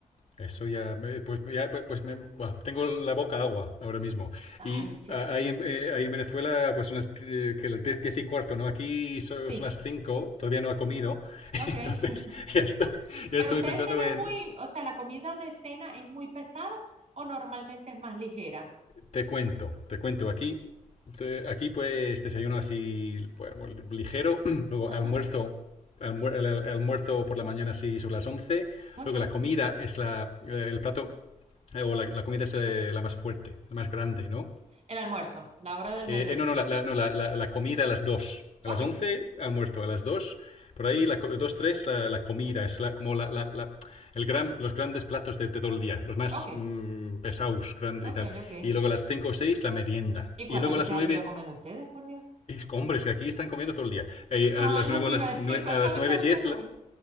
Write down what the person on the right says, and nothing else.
Ay,
sí,
sí,
ok.
<laughs>
Pero
ustedes
cenan
muy, o sea, la comida de cena es muy pesada o normalmente es más ligera.
Ajá,
ok.
El almuerzo, la hora del
mediodía.
Ok,
ok,
ok,
ok.
¿Y cuántas
veces
al día comen ustedes, por Dios?
Ajá,
yo te
iba a decir, ¿cuántas
veces
al
día comen?